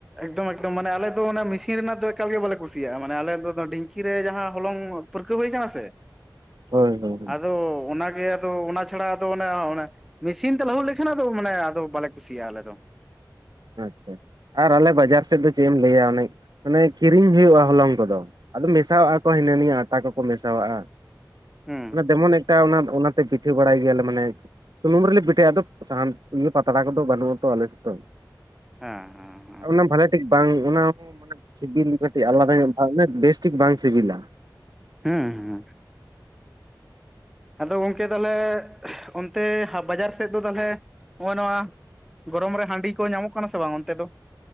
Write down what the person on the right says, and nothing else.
ᱦᱚᱭ ᱦᱚᱭ
ᱟᱪᱪᱷᱟ ᱟᱨ ᱟᱞᱮ ᱵᱟᱡᱟᱨ ᱥᱮᱫ ᱫᱚ ᱪᱮᱫ ᱮᱢ ᱞᱟᱹᱭᱟ ᱚᱱᱮ ᱚᱱᱮ ᱠᱤᱨᱤᱧ ᱦᱩᱭᱩᱜᱼᱟ ᱦᱚᱞᱚᱝ ᱠᱚᱫᱚ, ᱟᱫᱚ ᱢᱮᱥᱟᱣᱟᱜᱼᱟ ᱠᱚ ᱦᱤᱱᱟᱹ ᱱᱤᱭᱟᱹ ᱟᱴᱟ ᱠᱚᱠᱚ ᱢᱮᱥᱟᱣᱟᱜᱼᱟ
ᱫᱮᱢᱚᱱ ᱮᱴᱟ ᱚᱱᱟᱛᱮ ᱯᱤᱴᱷᱟᱹ ᱵᱟᱲᱟᱭ ᱜᱮᱭᱟᱞᱮ ᱢᱟᱱᱮ ᱥᱩᱱᱩᱢ ᱨᱮᱞᱮ ᱯᱤᱴᱷᱟᱹᱭᱟ ᱟᱫᱚᱵ ᱥᱟᱦᱟᱱ ᱤᱭᱟᱹ ᱯᱟᱛᱲᱟ ᱠᱚᱫᱚ ᱵᱟᱹᱱᱩᱜ ᱟᱛᱚ ᱟᱞᱮᱥᱮᱫ ᱫᱚ
ᱚᱱᱟ ᱵᱷᱟᱞᱮ ᱴᱷᱤᱠ ᱵᱟᱝ ᱚᱱᱟ ᱦᱚᱸ ᱢᱟᱱᱮ ᱥᱤᱵᱤᱞ ᱠᱟᱹᱴᱤᱡ ᱟᱞᱟᱫᱟ ᱧᱚᱜ ᱵᱮᱥᱴᱷᱤᱠ ᱵᱟᱝ ᱥᱤᱵᱤᱞᱟ